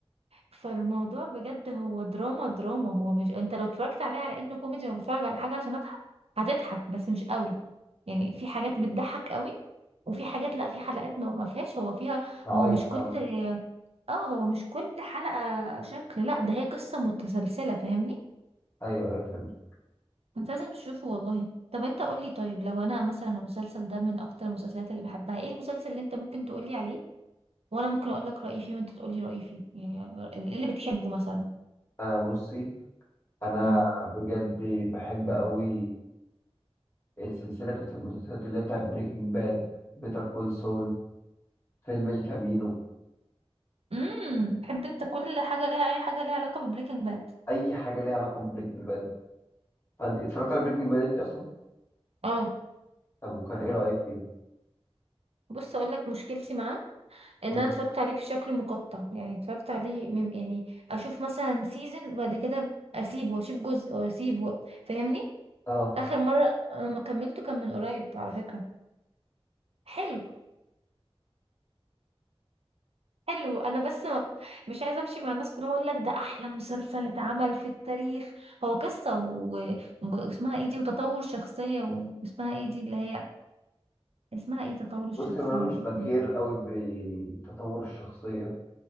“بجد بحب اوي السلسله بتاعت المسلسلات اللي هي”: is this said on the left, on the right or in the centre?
Left